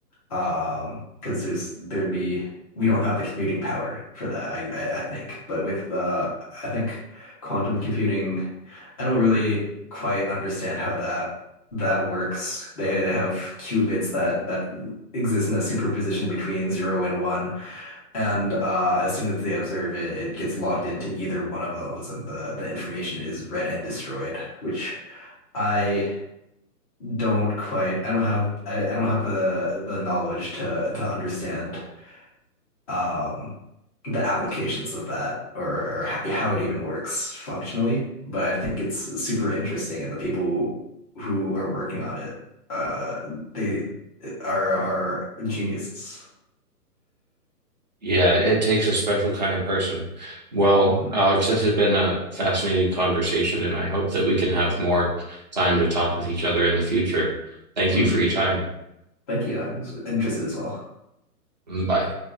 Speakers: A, on the left (about 25°); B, on the right (about 30°).
A: Um, because there's there'd be we don't have the computing power for that, I, I I think. But with uh I think quantum computing, I don't really quite understand how that that works. They they have qubits that that exist in a superposition between zero and one. And uh as soon as they observe it, it gets locked into either one of those and the the information is read and destroyed, which I don't quite. I don't have I, I don't have the the knowledge to to understand um the applications of that or, or how, how it even works functionally. But I think it's super interesting, and the people who are working on it, uh, they are are geniuses.
B: Yeah, it takes a special kind of person. Well,
A: hmm
B: Alex, this has been a fascinating conversation, and I hope that we can have more time to talk with each other in the future. Thank
A: hmm
B: you for your time.
A: Thank you. I was interested as well.
B: Bye.